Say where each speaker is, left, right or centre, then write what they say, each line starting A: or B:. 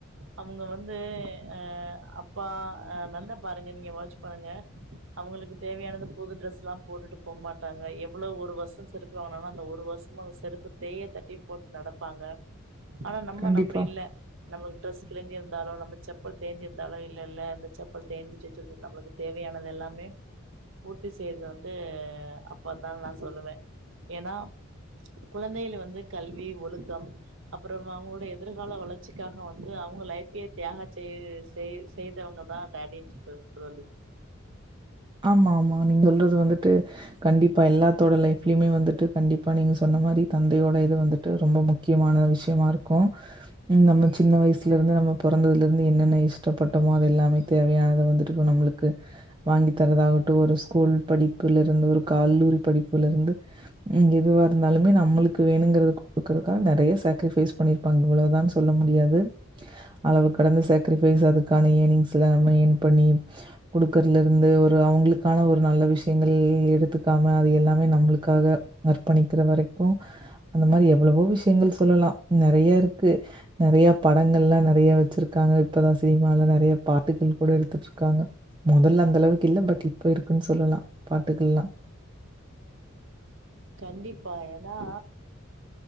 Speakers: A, on the right; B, on the right.
A: அவுங்க வந்து ஆ அப்பா ஆ நல்ல பாருங்க நீங்க வாட்ச் பண்ணுங்க அவுங்களுக்கு தேவையானது புது டிரஸ் எல்லா போட்டுட்டு போ மாட்டாங்க எவ்ளோ ஒரு வருஷோ செ ப்பு வாங்குனாங்கன்னா அந்த ஒரு வர்ஷமு அந்த செருப்பு தேய தட்டிய போட்டு நடப்பாங்க ஆனா நம்ம
B: கண்டிப்பா.
A: <unintelligible> அப்டி இல்ல நம்மளு ட்ரெஸ் கிஞ்சிருந்தாலோ நம்ப செப்பல் தேஞ்சிருந்தாலோ இல்ல இல்ல இந்த செப்பல் தேஞ்சுட்டு ச்சொல்லி நம்ளுக்கு தேவையான் பண்ணது எல்லாமே பூர்த்தி செய்றது வந்து அப்பா தா நா சொல்லுவே ஏன்னா குழந்தைகளை வந்து கல்வி ஒழுக்கம் அப்றோ அவுங்களோட எதிர்கால வளர்ச்சிக்காக வந்து அவுங்க லைஃப்பையே தியாக செய் செய் செய்தவாங்கதா டேடின்னு <inaudible>
B: ஆமா ஆமா நீங்க சொல்றது வந்துட்டு கண்டிப்பா எல்லாத்தோட லைஃப்லயுமே வந்துட்டு கண்டிப்பா நீங்க சொன்ன மாறி தந்தையோட இது வந்து ட்டு ரொம்ப முக்கியமான விஷயமா இருக்கும் நம்ப சின்ன வயசுல இருந்து நம்ப பொறந்ததுல இருந்து என்னென்ன இஷ்டப்பட்டமோ அது எல்லாமே தேவையானத வந்துட்டு நம்மளுக்கு வாங்கி தரதாகட்டும் ஒரு ஸ்கூல் படிப்புல இருந்து ஒரு கல்லூரி படிப்புல இருந்து ம் எதுவா இருந்தாலுமே நம்மளுக்கு வேணுங்கிறத குடுக்கறக்கா நெறைய சக்கிரிபைஸ் பண்ணிருப்பாங்க இவ்வளவுதான் சொல்ல முடியாது அளவு கடந்து சக்ரிபைஸ் அதுக்கான ஏனிங்ஸ்சுல இன்னு ஏன் பண்ணி குடுக்கறல இருந்து ஒரு அவுங்களுக்கான ஒரு நல்ல விஷியங்கள் எடுத்து காம அது எல்லாமே நம்மளுக்காக அர்ப்பணிக்கிற வரைக்கூ அந்த மாரி எவ்வளவோ விஷியங்கள் சொல்லலா நிறையா இருக்கு நெறைய படங்கள் எலாம் நெறைய வச்சிருக்காங்க இப்பதா சினிமால நிறைய பாட்டுகள் கூட எடுத்துட்டு இருக்காங்க முதல்ல அந்த அளவுக்கு இல்ல பட் இப்ப இருக்குன்னு சொல்லலா பாட்டுகள்லாம்
A: கண்டிப்பா ஏனா